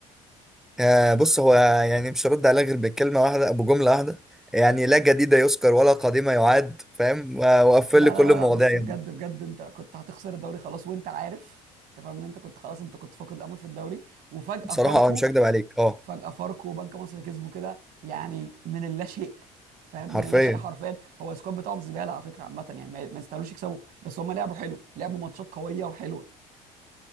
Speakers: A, in the centre; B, on the right (about 65°).
A: آه بص هو يعني مش هرد عليه غير بكلمة واحدة أبو جملة واحدة يعني لا جديد يذكر ولا قديم يعاد فاهم و- وقفل
B: لا
A: لي كل
B: لا لا
A: المواضيع
B: لا بس
A: يا
B: بجد
A: ابني
B: بجد انت كنت هتخسر الدوري خلاص وانت عارف انت فاهم ان انت كنت خلاص انت كنت فاقد الامل في الدوري وفجاه
A: بصراحة
B: فاركو
A: أه مش هكدب عليك أه
B: فجأة فاركو وبنك مصر كسبوا كده يعني من اللا شيء فاهم
A: حرفيا
B: من اللا شيء حرفيا هو السكواد بتاعهم زباله على فكره عامه يعني ما ما يستاهلوش يكسبوا بس هم لعبوا حلو لعبوا ماتشات قويه وحلوه